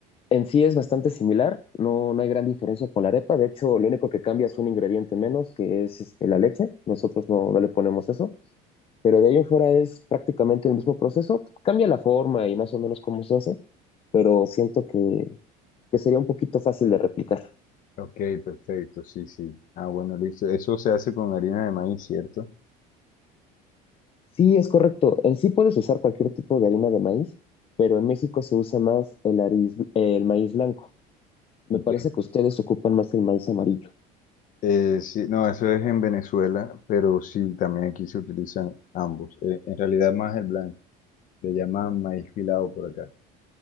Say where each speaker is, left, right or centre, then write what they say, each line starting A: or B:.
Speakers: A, on the left; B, on the left.
A: en sí es bastante similar, no, no hay gran diferencia con la arepa, de hecho lo único que cambia es un ingrediente menos, que es este, la leche, nosotros no, no le ponemos eso, pero de ello en fuera es prácticamente el mismo proceso, cambia la forma y más o menos cómo se hace, pero siento que, que sería un poquito fácil de replicar.
B: Ok, perfecto, sí, sí. Ah, bueno, listo. Eso se hace con harina de maíz, ¿cierto?
A: Sí, es correcto. En sí puedes usar cualquier tipo de harina de maíz, pero en México se usa más el, ariz- el maíz blanco. Me
B: Ok.
A: parece que ustedes ocupan más el maíz amarillo.
B: Eh, sí, no, eso es en Venezuela, pero sí, también aquí se utilizan ambos. Eh, en realidad más el blanco, le llaman maíz pilado por acá.